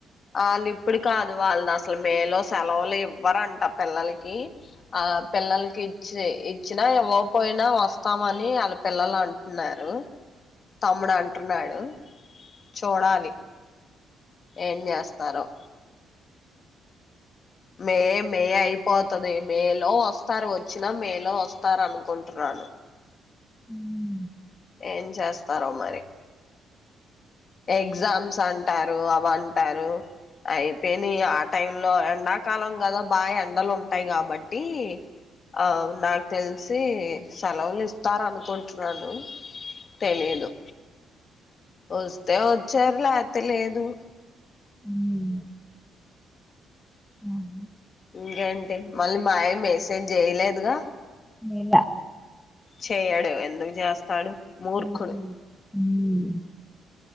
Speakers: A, on the left; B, in the centre.
A: వాళ్ళు ఇప్పుడు కాదు వాళ్ళు అసలు మేలో సెలవులు ఇవ్వరంట పిల్లలకి ఆ పిల్లలు కి చ్చి ఇచ్చినా ఇవ్వకపోయినా వస్తామని వాళ్ళ పిల్లలు అంటున్నారు తమ్ముడు అంటున్నాడు చూడాలి ఏం చేస్తారో మే మే అయి పోతుది మేలో వస్తారు వచ్చినా మేలో వస్తారు అనుకుంటున్నాను
B: ఉమ్
A: ఏం చేస్తారో మరి ఎగ్జామ్స్ అంటారు వాంటారు అయిపోయిని ఆ టైమ్ లో ఎండా కాలం కదా బాగా ఎండలు ఉంటాయి కాబట్టి ఆ నాకు తెలిసి సెలవులు ఇస్తార అనుకుంటున్నాను తెలీదు వస్తే వచ్చారు లేతే లేదు
B: ఉమ్ ఆహ
A: ఇంకేంటి మళ్ళీ మాయ మెసేజ్ చేయలేదుగా
B: చేయాల
A: చెయడు ఎందుకు చేస్తాడు మూర్ఖుడు
B: ఆ హా ఉమ్